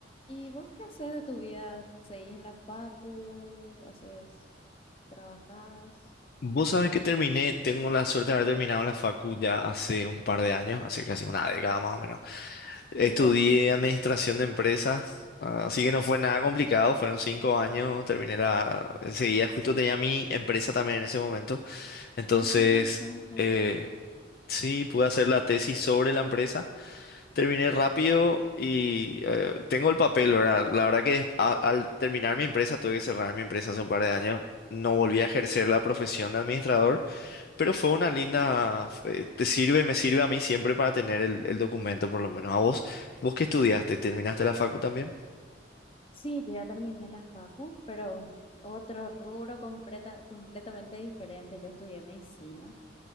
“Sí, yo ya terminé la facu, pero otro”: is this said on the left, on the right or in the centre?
Left